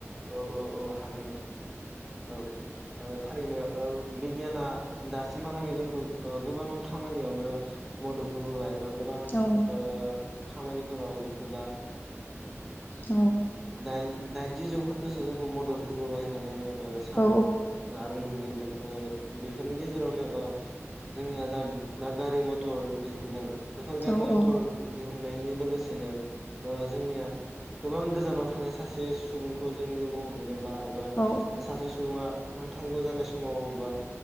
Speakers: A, in the centre; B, on the left.
A: औ औ औ हागोन नोंथां। औ ओ थारैनो ओ बिगियाना दासिमहालागै जोंखौ ओ गोबां खामानियावनो मदद होबोबाय ओ गोबां
B: औ
A: ओ खामानिफोराव जोंखौ दा
B: औ
A: दाइन दाइनजि जौखोन्दोसो जोंखौ मदद होबोबाय होननानै आङो ओ सानो
B: औ
A: ओ आरो नुनो मोनदों ओ बेफोरनि गेजेरावनो ओ जोंनिया जा दा गारि मथर दिहुनदों। बेफोर गारि
B: औ
A: मथर
B: औ
A: होननायनि लोगोसेनो ओ जोंनिया गोबां गोजानाव थानाय सासे सुबुंखौ जों लोगो हमहैनोब्ला एबा
B: औ
A: सासे सुबुङा नांथारगौ जानाय समाव अबेबा